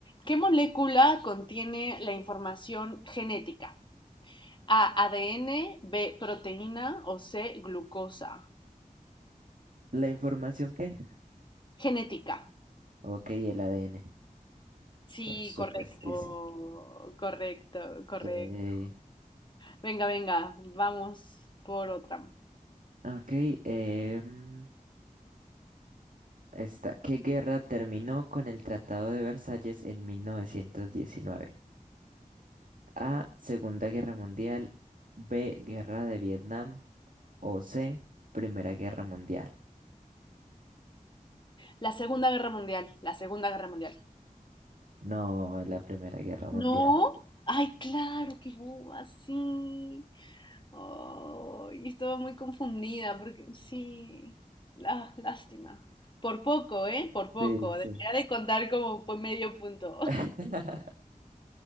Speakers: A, on the left; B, on the right.
A: ¿qué molécula contiene la información genética? A, ADN, B, proteína o C, glucosa.
B: ¿La información qué?
A: Genética.
B: Ok, el ADN,
A: Sí,
B: por supuestísimo.
A: correcto, correcto, correcto.
B: Yay.
A: Venga, venga, vamos por otra.
B: Ok, em, esta. ¿Qué guerra terminó con el Tratado de Versalles en 1919? A. Segunda Guerra Mundial. B. Guerra de Vietnam. O C. Primera Guerra Mundial.
A: La Segunda Guerra Mundial, la Segunda Guerra Mundial.
B: No, la Primera Guerra Mundial.
A: ¿No? Ay, claro, qué boba, sí. Oh, y estaba muy confundida porque sí, la, lástima. Por poco, ¿eh? Por poco.
B: Sí, sí.
A: Debería de contar como por medio punto.
B: <laughs>